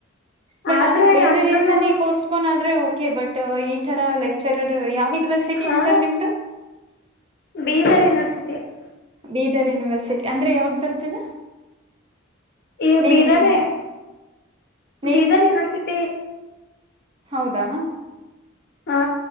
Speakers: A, on the right; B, on the left.
A: ಬಟ್
B: ಆದ್ರೆ
A: ಆದ್ರೂ ಬೇರೆ
B: ಅಂದ್ರೂನು
A: ರೀಸನ್ ಗೋಸ್ಕಾ ಫೋನ್ ಆದ್ರೆ ಓಕೆ ಬಟ್ ಈ ತರ ಲೆಕ್ಚರರ್ ಯಾವ್ ಯುನಿವರ್ಸಿಟಿ
B: ಹಾ
A: ಅಂಡರ್ ನಿಮ್ದು
B: ಬೀದರ್ ಯೂನಿವರ್ಸಿಟಿ
A: ಬೀದರ್ ಯುನಿವರ್ಸಿಟಿ ಅಂದ್ರೆ ಯಾವ್ದ್ ಬರ್ತದ
B: ಈ
A: name
B: Bidar
A: name name
B: Bidar university
A: ಹೌದಾ
B: ಹಾ